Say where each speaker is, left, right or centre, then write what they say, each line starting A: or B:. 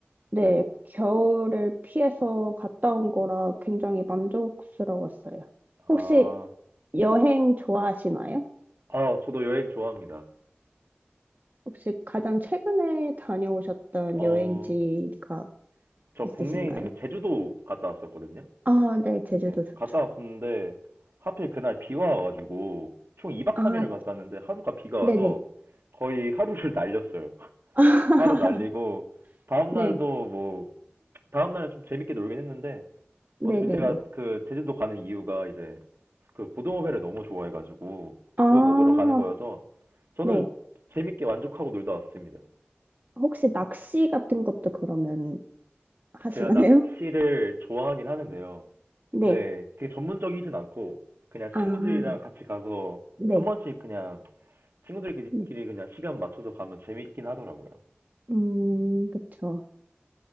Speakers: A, on the right; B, on the right.
A: 네,
B: 네.
A: 겨울을 피해서 갔다 온 거라 굉장히 만족스러웠어요.
B: 아,
A: 혹시 여행 좋아하시나요?
B: 아, 저도 여행 좋아합니다.
A: 혹시 가장 최근에 다녀오셨던
B: 어,
A: 여행지가
B: 저
A: 있으신가요?
B: 국내에 있는 그 제주도 갔다 왔었거든요.
A: 아, 네, 제주도
B: 네,
A: 좋죠.
B: 갔다 왔었는데 하필 그날 비가 와가지고 총 2박
A: 아,
B: 3일을 갔다 왔는데 하루가 비가 와서
A: 네네.
B: 거의 하루를 <laughs> 날렸어요.
A: <laughs>
B: 하루 날리고 다음
A: 네,
B: 날도 뭐 다음 날은 좀 재밌게 놀긴 했는데
A: 네네네.
B: 어차피 제가 그 제주도 가는 이유가 이제 그 고등어회를 너무 좋아해가지고
A: 아,
B: 그거 먹으러 가는 거여서 저는
A: 네.
B: 재밌게 만족하고 놀다 왔습니다.
A: 혹시 낚시 같은 것도 그러면 하시나요?
B: 제가 낚시를 좋아하긴 하는데요.
A: <laughs>
B: 근데
A: 네.
B: 되게 전문적이진 않고 그냥
A: 아,
B: 친구들이랑 같이 가서
A: 네.
B: 한 번씩 그냥 친구들끼리
A: 네.
B: 그냥 시간 맞춰서 가면 재밌긴 하더라고요.
A: 음, 그쵸.